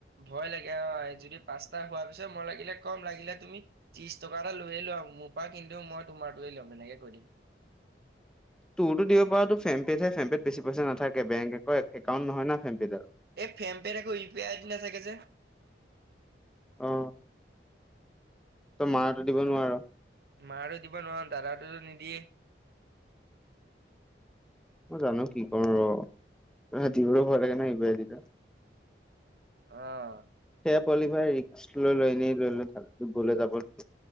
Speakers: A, on the right (about 60°); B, in the centre.
A: ভয় লাগে অ যদি পাঁচটা হোৱাৰ পিছত মই লাগিলে কম লাগিলে তুমি ত্ৰিশ টকা এটা লৈয়ে লোৱা মোৰ পৰা কিন্তুও মই তোমাৰ দোৱে ল'ম তেনেকে কৈ দিম
B: তোৰতো দিব পৰা তো ফেমপেহে ফেমপ'ত বেছিইচাথাকেংক একাউট নহ ন ফেমপে'ত
A: এই ফেম পেনে একো ই পি আই নাথাকে যে
B: অ তই মাৰো দিব নোৱাৰ
A: মাটো দিব নোৱাৰো দাদাটোো নিদিয়ে
B: মই জানো কি কৰো ৰ হাতীবোৰ ভয় লাগে ন এইবাৰা
A: আহ
B: কোৱালিফাই ৰিক্কছ লৈ লৈনে লৈ ললো গ'লে যাবত